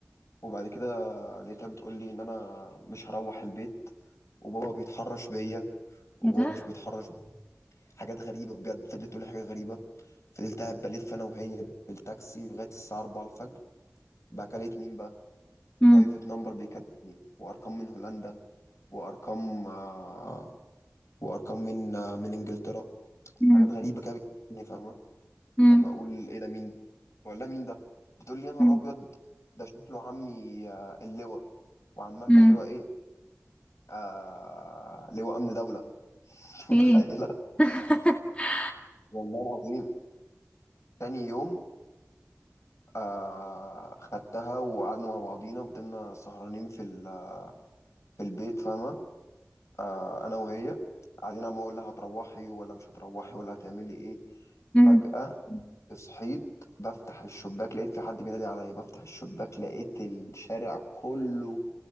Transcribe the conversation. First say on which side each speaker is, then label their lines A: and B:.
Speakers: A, on the left; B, on the left.
A: وبعد كده لقيتها بتقول لي ان انا مش هروح البيت وبابا بيتحرش بيا وبابا
B: ايه ده
A: مش بيتحرش بيا. حاجات غريبه بجد فضلت تقول لي حاجه غريبه فضلت قاعد بلف انا وهي بالتاكسي لغايه الساعه 4 الفجر بقى كلمت مين بقى
B: امم
A: برايفت نمبر بيكلمني وارقام من هولندا وارقام آه، وارقام من آه، من انجلترا
B: امم
A: حاجات غريبه كده بتكلمني فاهم
B: امم
A: فما اقول ايه ده مين بقول لها مين ده بتقول لي يا نهار
B: امم
A: ابيض ده شكله عمي آه، اللواء وعمها كان
B: امم
A: لواء ايه آه لواء امن دوله <laughs> مش متخيله
B: ايه <laughs>
A: والله العظيم تاني يوم آه خدتها وقعدنا مع بعضينا فضلنا سهرانين في ال- في البيت فاهمه آه انا وهي قاعدين عم اقول لها هتروحي ولا مش هتروحي ولا هتعملي ايه
B: امم
A: فجأة صحيت بفتح الشباك لقيت في حد بينادي عليا بفتح الشباك لقيت الشارع كله